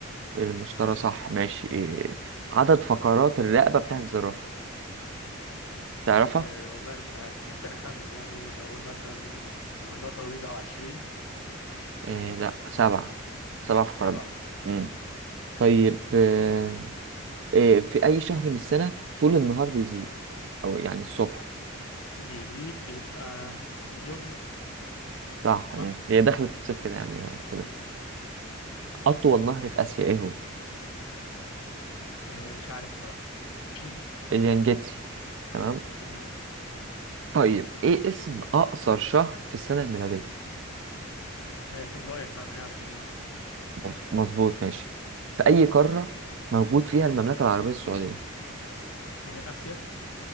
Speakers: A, on the right; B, on the left.
A: المشترى صح ماشي إيه. عدد فقرات الرقبة بتاعت الزرافة تعرفها؟
B: آه، والله مش عارف ممكن اخمن يعني هقول مثلا بما انها طويله 20
A: إيه لا سبعة سبع
B: سبعة
A: فقرات مم. طيب آه، إيه في أي شهر من السنة طول النهار بيزيد أو يعني الصبح
B: بيزيد بيبقى يونيو
A: صح
B: صح؟
A: ماشي هي دخلت الصيف كده يعني اعتبر
B: مم.
A: أطول نهر في آسيا إيه هو؟
B: آه، مش عارف صراحة <clears throat>
A: اليانجيتسي تمام
B: تمام
A: طيب إيه اسم أقصر شهر في السنة الميلادية؟
B: آه، فبراير 28 يوم <clears throat>
A: مظ- مظبوط ماشي في أي قارة موجود فيها المملكة العربية السعودية؟
B: آه، آسيا